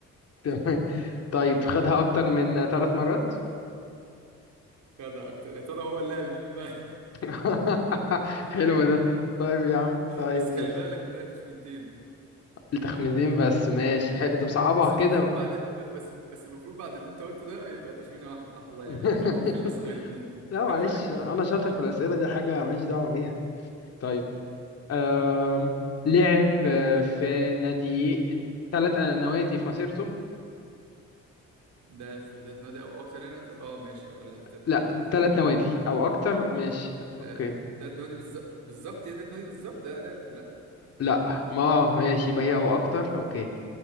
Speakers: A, on the left; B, on the right.
A: تمام
B: <laughs>
A: طيب خدها أكتر من ثلاث مرات؟
B: خدها أكتر يا ترى هو اللاعب مين بقى
A: <laughs> حلو ده طيب يا عم
B: <laughs>
A: طيب
B: بس خلي
A: ماشي
B: بالك أنت لك تخمينتين
A: التخمينين بس ماشي حلو طب صعبها
B: بس
A: كده
B: المفروض
A: بقى.
B: بعد ب- بس بس المفروض بعد اللي أنت قلته ده يبقى تخمينة واحدة حق الله
A: <laughs>
B: يعني عشان هو مفيش أصلا غير اتنين <laughs>
A: لا معلش
B: فاهم
A: أنا شاطر في الأسئلة دي حاجة ماليش دعوة بيها طيب آم لعب آه، في نادي ثلاث نوادي في مسيرته؟
B: ده في تلات نوادي او اكتر يعني قصدي اه ماشي اه لا في تلات
A: لا
B: نوادي برضه
A: ثلاث نوادي أو أكتر ماشي
B: آه
A: أوكي
B: تلات نوادي بالظبط بالظبط هي تلات نوادي بالظبط لا لا لا لا
A: لا ما آه، ماشي يبقى هي او اكتر اوكي